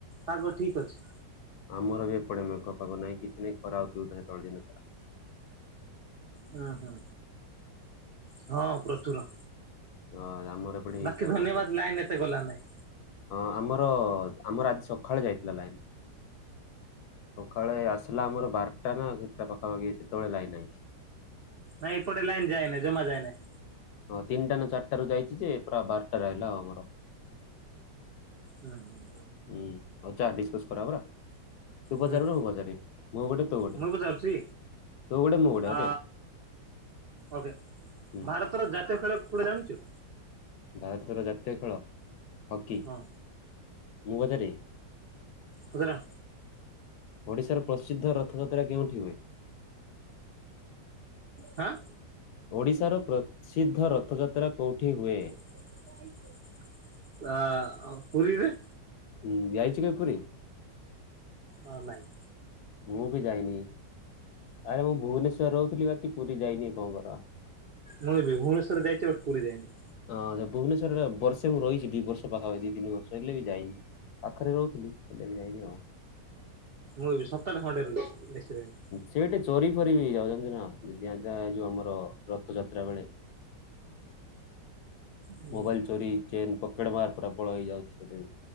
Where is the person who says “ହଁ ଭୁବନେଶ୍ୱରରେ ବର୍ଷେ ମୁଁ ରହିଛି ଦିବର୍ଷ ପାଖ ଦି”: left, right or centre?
Left